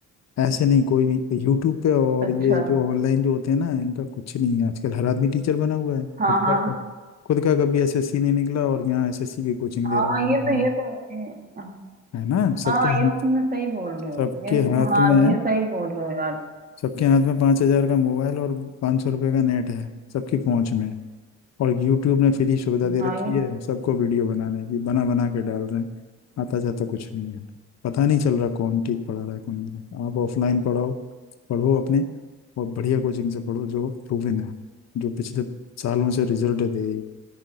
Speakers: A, on the left; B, on the right.
A: ऐसे नहीं कोई भी यूट्यूब पे और
B: अच्छा
A: ये जो ऑनलाइन जो होते हैं ना इनका कुछ नहीं है आजकल हर आदमी टीचर बना हुआ है
B: हाँ
A: खुद
B: हाँ
A: का खुद का कभी एसएससी नहीं निकला और यहाँ एसएससी की कोचिंग
B: हाँ
A: दे रहा
B: ये तो
A: है
B: ये तो
A: है ना सबके
B: हाँ
A: हाथ
B: ये तुमने सही बोल रहे हो
A: सबके
B: ये तो
A: हाथ
B: हाँ
A: में
B: ये सही बोल रहे हो यार
A: सबके हाथ में पांच हजार का मोबाइल और पांच सौ रुपए का नेट है सबकी पहुंच में और यूट्यूब ने फ्री सुविधा दे
B: हाँ
A: रखी
B: ये
A: है सबको वीडियो बनाने की बना बना के डाल रहे हैं आता जाता कुछ नहीं है पता नहीं चल रहा कौन ठीक पढ़ा रहा है कौन नहीं आप ऑफलाइन पढ़ाओ पढ़ो अपने और बढ़िया कोचिंग से पढ़ो जो प्रूवन है जो पिछले सालों से रिजल्ट दे रही